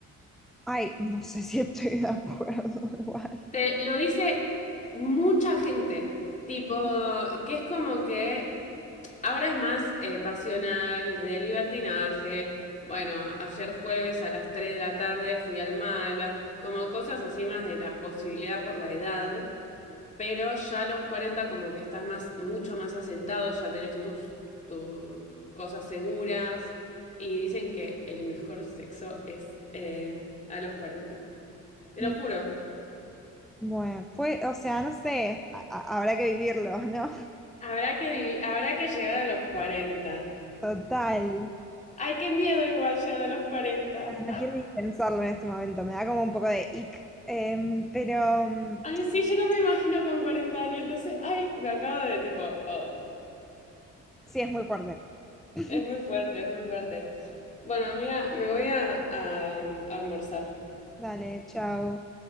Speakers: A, in the centre; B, on the left.
A: ay, no sé si estoy de acuerdo <laughs> igual.
B: Te lo dice mucha gente, tipo, que es como que Ahora es más eh, pasional, de libertinaje. Bueno, ayer jueves a las 3 de la tarde fui al Malva, como cosas así más de la posibilidad por la edad, pero ya a los 40 como que estás más, mucho más asentado, ya tenés tus, tus cosas seguras y dicen que el mejor sexo es eh, a los 40. Te
A: Mi-
B: lo juro,
A: Bueno, pues, o sea, no sé, a- a- habrá que vivirlo, ¿no? <laughs>
B: habrá que, vivi- habrá que llegar a los 40.
A: Total.
B: Ay, qué miedo igual llegar a los 40.
A: No no quiero ni pensarlo en este momento, me da como un poco de ick, Em, pero mm,
B: Ay, sí, yo no me imagino con 40 años, no sé. Ay, me acabo de tipo, oh,
A: sí es muy fuerte. <laughs>
B: es muy fuerte, es muy fuerte. Bueno, amiga, me voy a, a, um, almorzar.
A: Dale, chao.